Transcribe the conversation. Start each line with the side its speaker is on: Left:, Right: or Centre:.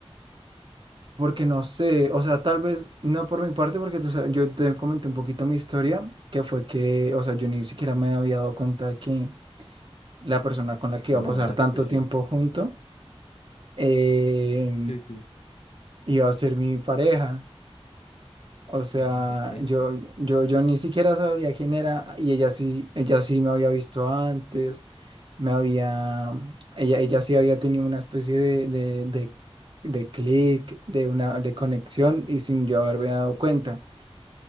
Right: porque no sé, o sea, tal vez no por mi parte, porque tú sabes, yo te comenté un poquito mi historia, que fue que, o sea, yo ni siquiera me había dado cuenta que la persona con la que
Left: Te
Right: iba
Left: enamoraste,
Right: a pasar tanto
Left: sí.
Right: tiempo junto eh,
Left: Sí, sí.
Right: iba a ser mi pareja. O sea,
Left: <laughs>
Right: yo, yo, yo ni siquiera sabía quién era y ella sí, ella sí me había visto antes, me había, ella, ella sí había tenido una especie de, de, de, de clic, de una, de conexión y sin yo haberme dado cuenta.